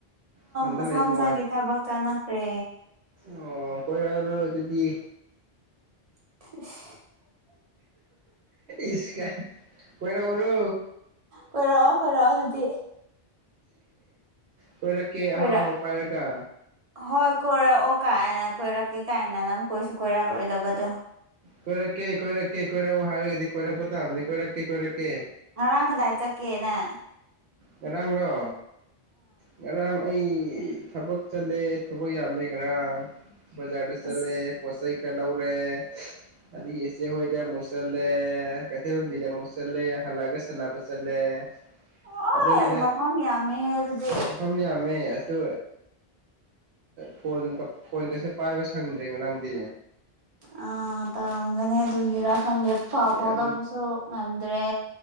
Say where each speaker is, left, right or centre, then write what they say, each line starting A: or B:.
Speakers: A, on the right (about 80°); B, on the right (about 40°).
A: ꯅꯊꯟꯗ
B: ꯃꯁꯥ
A: ꯂꯩ ꯅꯨꯡꯉꯥꯏ
B: ꯃꯁꯥꯒꯤ ꯊꯕꯛ ꯆꯥꯟꯅꯈ꯭ꯔꯦ
A: ꯑꯣ ꯀꯣꯏꯔ ꯑꯗꯨꯗꯤ
B: ꯐ
A: ꯏꯀ ꯑꯣꯏꯣꯏꯔ ꯑꯣꯏꯔꯣ
B: ꯀꯔꯑꯣ ꯀꯔꯑꯣ ꯑꯗꯨꯗꯤ
A: ꯀꯣꯏꯔꯛ ꯀꯦ
B: ꯀꯣꯏꯔꯛ
A: ꯍꯥꯎ ꯍꯥꯎ ꯄꯔꯦꯒ
B: ꯍꯣꯏ ꯀꯣꯏꯔꯛꯑꯣ ꯀꯥꯏꯅ ꯀꯣꯏꯔꯛꯀꯦ ꯀꯥꯏꯅ ꯅꯪ ꯀꯣꯏꯁꯨ ꯀꯣꯏꯔꯛꯔꯣꯏꯗꯕꯗꯣ
A: ꯀꯣꯏꯔꯛꯀꯦ ꯀꯣꯏꯔꯛꯀꯦ ꯀꯣꯏꯔꯛꯑꯣ ꯍꯥꯏꯔꯒꯗꯤ ꯀꯣꯏꯔꯛꯄ ꯇꯥꯕꯅꯤ ꯀꯣꯏꯔꯛꯀꯦ ꯀꯣꯏꯔꯛꯀꯦ
B: ꯉꯔꯥꯡꯒꯗ ꯆ ꯀꯦꯅꯦ
A: ꯉꯔꯥꯡꯗꯣ ꯉꯔꯥꯡ ꯑꯩ ꯊꯕꯛ ꯆꯠꯂꯦ ꯊꯕꯛ ꯌꯥꯝꯃꯦ ꯉꯔꯥꯡ ꯕꯖꯥꯔꯗ ꯆꯠꯂꯦ
B: ꯑꯁ
A: ꯄꯣꯠꯆꯩ ꯀꯂꯧꯔ ꯑꯗꯒꯤ ꯏꯆꯦ ꯍꯣꯏꯗ ꯑꯃꯨꯛ ꯆꯠꯂꯦ ꯀꯩꯊꯦꯜ ꯂꯝꯕꯤꯗ ꯑꯃꯨꯛ ꯆꯠꯂꯦ ꯍꯜꯂꯛꯑꯒ ꯁꯥꯟꯅꯕ ꯆꯠꯂꯦ <unintelligible>
B: ꯍꯣꯏ
A: ꯑꯗꯨꯅꯤꯗ
B: ꯃꯐꯝ ꯌꯥꯝꯃꯦꯍꯦ ꯑꯗꯨꯗꯤ
A: ꯃꯐꯝ ꯌꯥꯝꯃꯦ ꯑꯁ ꯐꯣꯟ ꯀ ꯐꯣꯟꯒꯁꯦ ꯄꯥꯏꯕ ꯁꯪꯗ꯭ꯔꯦ ꯅꯪꯗꯤ꯫
B: ꯑꯥ ꯇꯧꯔꯝꯒꯅꯤ ꯑꯗꯨꯒꯤꯔꯥ ꯈꯪꯗꯦ ꯄꯥꯎ ꯐꯥꯎꯗꯕꯁꯨ
A: ꯌꯥꯝ
B: ꯉꯝꯗ꯭ꯔꯦ